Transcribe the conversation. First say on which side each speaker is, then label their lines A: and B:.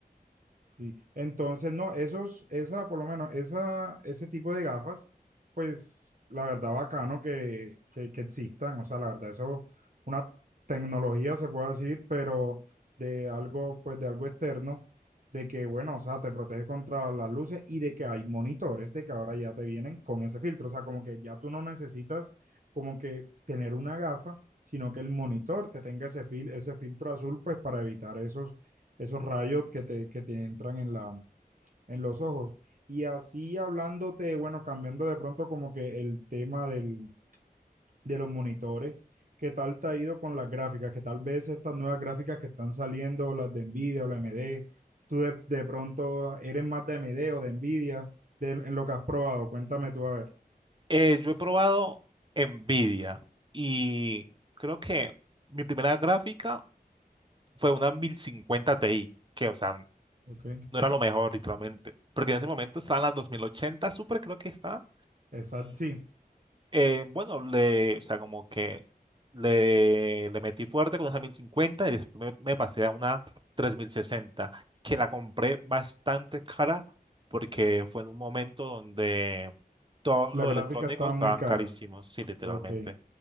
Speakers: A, on the right; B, on the right.
A: Sí, entonces, no, esos, esa, por lo menos, esa, ese tipo de gafas, pues la verdad bacano que, que, que existan, o sea, la verdad, eso es una tecnología, se puede decir, pero de algo, pues de algo externo, de que, bueno, o sea, te protege contra las luces y de que hay monitores, de que ahora ya te vienen con ese filtro, o sea, como que ya tú no necesitas como que tener una gafa, sino que el monitor te tenga ese fil- ese filtro azul, pues para evitar esos esos rayos que te, que te entran en la, en los ojos. Y así hablándote, bueno, cambiando de pronto como que el tema del, de los monitores, ¿qué tal te ha ido con las gráficas? Que tal vez estas nuevas gráficas que están saliendo, las de Nvidia o la AMD, tú de, de pronto eres más de AMD o de Nvidia, de- en lo que has probado, cuéntame tú a ver.
B: Eh, yo he probado Nvidia y creo que mi primera gráfica fue una 1050 Ti, que, o sea, no
A: Ok.
B: era lo mejor, literalmente. Porque en ese momento estaban las 2080 Super, creo que estaban.
A: Exacto, sí,
B: Eh, bueno, le, o sea, como que le, le metí fuerte con esa 1050 y después me, me pasé a una 3060, que la compré bastante cara porque fue en un momento donde todos
A: las
B: los
A: gráficas
B: electrónicos
A: estaban
B: estaban
A: muy caras.
B: carísimos, sí, literalmente.
A: Ok.